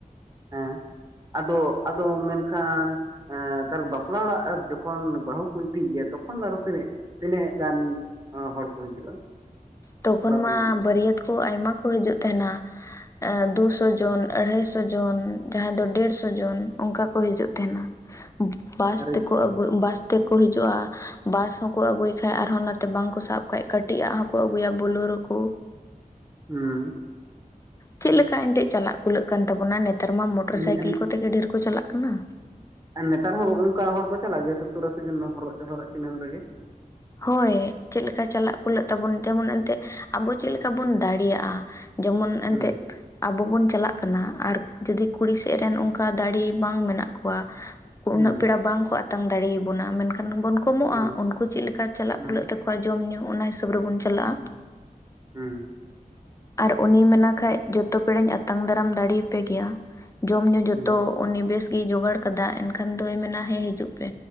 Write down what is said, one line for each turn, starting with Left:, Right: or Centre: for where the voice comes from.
Right: ᱦᱮᱸ ᱟᱫᱚ -ᱟᱫᱚ ᱢᱮᱱᱠᱷᱟᱱ ᱮᱸ ᱛᱟᱦᱚᱞᱮ ᱵᱟᱯᱞᱟ ᱚᱲᱟᱜ ᱡᱚᱠᱷᱚᱱ, ᱵᱟᱹᱦᱩ ᱠᱚ ᱤᱫᱤᱭᱟ ᱾ ᱛᱚᱠᱷᱚᱱ ᱫᱚ ᱟᱨᱚ ᱛᱤᱱᱟᱹᱜ? ᱛᱤᱱᱟᱹᱜ ᱜᱟᱱ ᱦᱚᱲ ᱠᱚ ᱦᱤᱡᱩᱜᱼᱟ?
Left: ᱛᱚᱠᱷᱚᱱ
Right: ᱵᱟᱯᱞᱟ ᱥᱚᱢᱚᱭ
Left: ᱢᱟ
Right: ᱫᱚ?
Left: ᱵᱟᱹᱨᱭᱟᱹᱛ ᱠᱚ, ᱟᱭᱢᱟ ᱠᱚ ᱦᱤᱡᱩᱜ ᱛᱟᱦᱮᱱᱟ ᱾ ᱮᱜ ᱫᱩᱥᱚ ᱡᱚᱱ, ᱟᱲᱟᱭᱥᱚ ᱡᱚᱱ, ᱡᱟᱸᱦᱟᱸᱭ ᱫᱚ ᱰᱮᱲᱥᱚ ᱡᱚᱱ ᱚᱱᱠᱟ ᱠᱚ ᱦᱤᱡᱩᱜ ᱛᱟᱦᱮᱱᱟ ᱾ ᱵᱟᱥ
Right: ᱟᱨᱮ
Left: ᱛᱮᱠᱚ
Right: ᱵᱟᱵᱟ
Left: ᱟᱹᱜᱩ ᱵᱟᱥ ᱛᱮᱠᱚ ᱦᱤᱡᱩᱜᱼᱟ᱾ ᱵᱟᱥ ᱦᱚᱸᱠᱚ ᱟᱹᱜᱩᱭ ᱠᱷᱟᱡ ᱟᱨᱦᱚᱸ ᱵᱟᱝᱠᱚ ᱥᱟᱵ ᱠᱷᱟᱡ ᱠᱟᱹᱴᱤᱡ ᱟᱜ ᱦᱚᱸᱠᱚ ᱟᱹᱜᱩᱭᱟ ᱵᱩᱞᱨᱳ ᱠᱳ
Right: ᱦᱩᱸ,
Left: ᱪᱮᱫ ᱞᱮᱠᱟ ᱮᱱᱛᱜ ᱪᱟᱞᱟᱜ ᱠᱩᱞᱟᱹᱜ ᱠᱟᱱ ᱛᱟᱵᱚᱱᱟ᱾ ᱱᱮᱛᱟᱨ ᱢᱟ ᱢᱚᱴᱚᱨ
Right: ᱱᱮ
Left: ᱥᱟᱭᱠᱮᱞ ᱠᱚᱛᱮ ᱜᱮ ᱰᱷᱮᱨ ᱠᱚ ᱪᱟᱞᱟᱜ ᱠᱟᱱᱟ᱾
Right: ᱟᱨ ᱱᱮᱛᱟᱨ ᱦᱚᱸ ᱚᱱᱠᱟ ᱦᱚᱲ ᱠᱚ ᱪᱟᱞᱟᱜ ᱜᱮᱭᱟ᱾ ᱥᱚᱛᱛᱚᱨ, ᱟᱥᱤ ᱡᱚᱱ ᱦᱚᱨᱜᱽ ᱦᱚᱨᱚᱜ ᱪᱤᱱᱦᱟᱹ ᱨᱮᱜᱮ
Left: ᱦᱳᱭ ᱪᱮᱫ ᱞᱮᱠᱟ ᱪᱟᱞᱟᱜ ᱠᱩᱞᱟᱹᱜ ᱛᱟᱵᱚᱱ᱾ ᱡᱮᱢᱚᱱ ᱮᱱᱛᱜ ᱟᱵᱚ ᱪᱮᱫ ᱞᱮᱠᱟ ᱵᱚᱱ ᱫᱟᱲᱮᱭᱟᱜᱼᱟ? ᱡᱮᱢᱚᱱ ᱮᱱᱛᱮᱫ
Right: ᱦᱩᱸ
Left: ᱟᱵᱚ ᱵᱚᱱ ᱪᱟᱞᱟᱜ ᱠᱟᱱᱟ᱾ ᱟᱨ ᱡᱚᱫᱤ ᱠᱩᱲᱤ ᱥᱮᱜ ᱨᱮᱱ ᱚᱱᱠᱟ ᱫᱟᱲᱮ ᱵᱟᱝ ᱢᱮᱱᱟᱜ ᱠᱚᱣᱟ᱾
Right: ᱦᱩᱸ
Left: ᱩᱱᱟᱹᱜ ᱯᱮᱲᱟ ᱵᱟᱝᱠᱚ ᱟᱛᱟᱝ ᱫᱟᱲᱮᱭᱟᱵᱚᱱᱟ ᱾ᱢᱮᱱᱠᱷᱟᱱ ᱵᱚᱱ ᱠᱚᱢᱚᱜᱼᱟ᱾
Right: ᱦᱩᱸ
Left: ᱩᱱᱠᱩ ᱪᱮᱫ ᱞᱮᱠᱟ ᱪᱟᱞᱟᱜ
Right: ᱦᱩᱸ
Left: ᱠᱷᱩᱞᱟᱹᱜ ᱛᱟᱠᱚ᱾ ᱟᱠᱚᱣᱟᱜ ᱡᱚᱢ ᱧᱩ ᱚᱱᱟ ᱦᱤᱥᱟᱹᱵᱽ ᱨᱮᱵᱚᱱ ᱪᱟᱞᱟᱜᱼᱟ᱾
Right: ᱦᱩᱸ ᱦᱩᱸ,
Left: ᱟᱨ ᱩᱱᱤᱭ ᱢᱮᱱᱟ ᱠᱷᱟᱱ᱾ ᱡᱚᱛᱚ ᱯᱮᱲᱟᱮᱧ ᱟᱛᱟᱝ ᱫᱟᱨᱟᱢ ᱫᱟᱲᱮᱭᱟᱯᱮ ᱜᱮᱭᱟ ᱾ᱡᱚᱢ ᱧᱩ ᱡᱚᱛᱚ᱾
Right: ᱦᱩᱸ
Left: ᱩᱱᱤ ᱵᱮᱥ ᱜᱮᱭ ᱡᱚᱜᱟᱲ ᱠᱟᱫᱟ᱾ ᱮᱱᱠᱷᱟᱱ ᱫᱚᱭ ᱢᱮᱱᱟ ᱦᱮᱸ ᱦᱤᱡᱩᱜ ᱯᱮ᱾